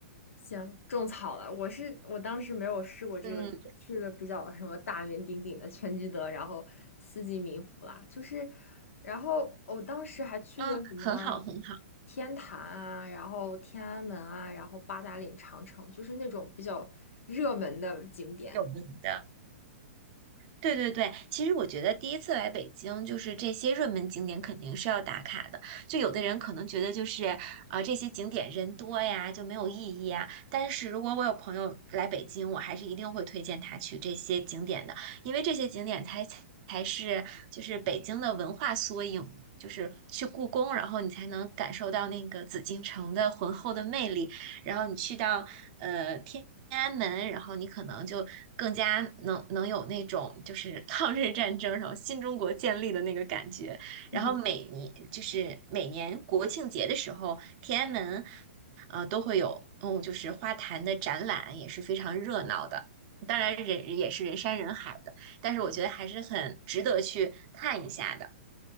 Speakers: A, on the left; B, on the right.
A: 行，种草了。我是我当时没有试过这个，
B: 嗯
A: 就是去了比较什么大名鼎鼎的全聚德，然后四季民福啦，就是，然后我当时还去了什么
B: 嗯，很好很好，
A: 天坛啊，然后天安门啊，然后八达岭长城，就是那种比较热门的景点。
B: 有名的。对对对，其实我觉得第一次来北京，就是这些热门景点肯定是要打卡的。就有的人可能觉得就是啊、呃这些景点人多呀，就没有意义啊。但是如果我有朋友来北京，我还是一定会推荐他去这些景点的，因为这些景点才才是就是北京的文化缩影嘛就是去故宫，然后你才能感受到那个紫禁城的浑厚的魅力。然后你去到呃天安门，然后你可能就更加能能有那种就是抗日战争，然后新中国建立的那个感觉。
A: <laughs>
B: 然后每年就是每年国庆节的时候，天安门呃都会有嗯就是花坛的展览，也是非常热闹的。当然人也是人山人海的，但是我觉得还是很值得去看一下的。